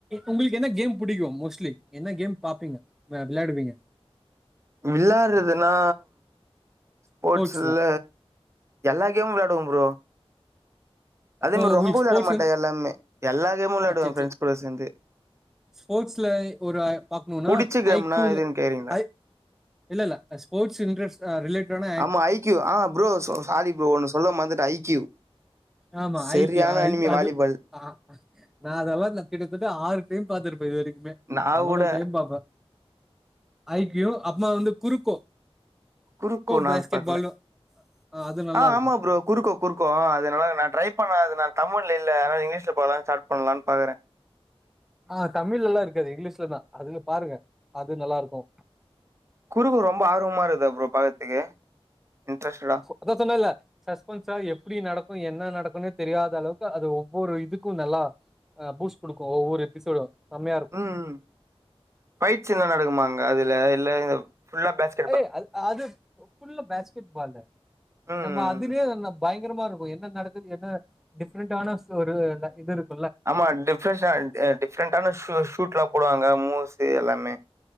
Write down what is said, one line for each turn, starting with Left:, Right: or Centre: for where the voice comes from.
Centre: உங்குளுக்கு என்ன கேம் பிடிக்கோ மோஸ்ட்லி என்ன கேம் பாப்பீங்க வெளையாடுவீங்க
Right: வெளாடுறதுன்னா ஸ்போர்ட்ஸுல
Centre: ஸ்போர்ட்ஸ்ல
Right: எல்லா கேமு வெளாடுவ ப்ரோ
Centre: அப்போ
Right: அதேமேரி
Centre: உங்களுக்கு
Right: ரொம்போ வெளாட
Centre: ஸ்போர்ட்ஸ்
Right: மாட்ட
Centre: வந்து
Right: எல்லாமே எல்லா கேமு வெளாடுவ
Centre: சேரி
Right: ஃப்ரெண்ட்ஸ்
Centre: சேரி
Right: கூட சேந்து
Centre: ஸ்போர்ட்ஸ்ல ஒரு அ பாக்கணோனா
Right: புடிச்ச கேம்னா
Centre: ஐகூனு
Right: எதுன்னு கேக்குறீங்களா
Centre: ஐ இல்ல இல்ல அ ஸ்போட்ஸ் இன்ட்ரஸ்ட் அ ரிலேட்டான
Right: ஆமா ஐ க்யூ ஆ ப்ரோ சாரி ப்ரோ ஒண்ணு சொல்ல மறந்துட்ட ஐ க்யூ
Centre: ஆமா
Right: செரியான
Centre: ஐக்கிய அது
Right: அனிமி
Centre: அது
Right: வாலிபால்
Centre: ஆ நா அதெல்லா நா கிட்டத்தட்ட ஆறு டைம் பாத்துருப்ப இது வெரிக்குமே
Right: நா
Centre: அவ்வளோ
Right: கூட
Centre: டைம் பாப்ப ஐ க்யூ அப்பறோ வந்து குறுக்கோ
Right: குறுக்கோ நா
Centre: பேஸ்கெட்
Right: அது பாக்கல
Centre: பால்னு அது நல்லாருக்கும்.
Right: ஆ ஆமா ப்ரோ குறுக்கோ குருக்கோ அ அதனால நா ட்ரை பண்ண அது நா தமிழ்ல இல்ல அதா இங்கிலீஷ்ல போலான்னு ஸ்டார்ட் பண்ணலான்னு பாக்குற
Centre: ஆ தமிழ்ல எல்லா இருக்காது இங்கிலீஷ்லதா அதுல பாருங்க அது நல்லா இருக்கோ
Right: குறுக்கோ ரொம்போ ஆர்வமா இருக்கா ப்ரோ பாக்கறதுக்கு இன்ட்ரெஸ்ட்டடா
Centre: அதா சொன்னேல்ல சஸ்பென்ஸா எப்புடி நடக்கோ என்ன நடக்குன்னே தெரியாத அளவுக்கு அது ஒவ்வோரு இதுக்கு நல்லா ஆ பூஸ்ட் குடுக்கோ ஒவ்வோரு எபிசோடு செம்மையா இருக்கோ
Right: ம். ஃபைட்ஸ் சீன்லா நடக்குமாங்க அதுல இல்ல ஃபுல்லா பேக்
Centre: ஏய் அத் அது ஃபுல்லா பேஸ்கெட் பால்ல
Right: ம்.
Centre: நம்ம அது அதுலயே என்ன பயங்கரமா இருக்கோ என்ன நடக்குது என்ன டிஃப்ரெண்டான ஒரு இது இருக்
Right: ஆமா டிஃப்ரெஷ்ஷா அ டிஃப்ரெண்டான ஷூ ஷூட்லா போடுவாங்க மோஸ்லி எல்லாமே